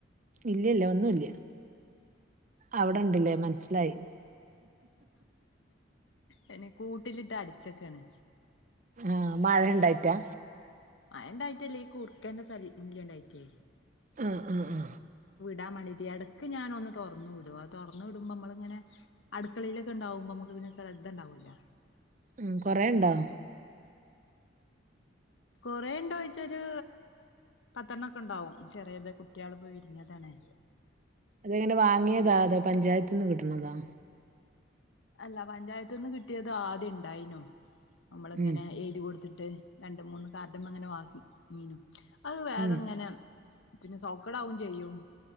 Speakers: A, on the right; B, on the left.
A: ഇല്ല ഇല്ല ഒന്നും ഇല്ല്യ അവിടെ ഉണ്ട് ലെ മനസ്സിലായി
B: അയിന് കൂട്ടിലിട്ട് അടച്ചക്കാണ്
A: ആ മഴ ഇണ്ടായിട്ടാ
B: മഴ ഇണ്ടായിട്ടല്ല ഈ കുറുക്കന്റെ ശല്യം ണ്ടായിട്ടെ
A: ഹ് അ ആ
B: ടാൻ വേണ്ടീട്ട് ഇടക്ക് ഞാൻ ഒന്ന് തുറന്ന് വിടും ആ തുറന്ന് വിടുമ്പോ നമ്മൾ ഇങ്ങനെ അടുക്കളയിൽ ഒക്കെ ഉണ്ടാകുമ്പോ നമുക്ക് പിന്നെ ശ്രദ്ധ ഉണ്ടാവല്ലോ
A: ഉം കൊറേ ഇണ്ടോ
B: കൊറേ ഇണ്ടോ ചോയ്ച്ചാ ഒരു പത്തണ്ണാെക്കെ ഇണ്ടാവും ചെറീയത് കുട്ട്യാൾ ഇപ്പോ വിരിഞ്ഞതാണ്.
A: അത് എങ്ങനെ വാങ്ങിയതാ അതോ പഞ്ചായത്ത്ന്ന് കിട്ടുന്നതോ
B: അല്ല പഞ്ചായത്ത്ന്ന് കിട്ടിയത് ആദ്യം ഇണ്ടായിനു നമ്മൾ ഇങ്ങനെ
A: ഉം
B: എഴുതി കൊടുത്തിട്ട് ട്ട് രണ്ടു മൂന്നു കാർഡ്മ്മ ഇങ്ങനെ വാങ്ങി ങ്ങീനു. അഅ് വേറെ
A: ഉം
B: ഇങ്ങനെ പിന്നെ സൗക്കടാവും ചെയ്യും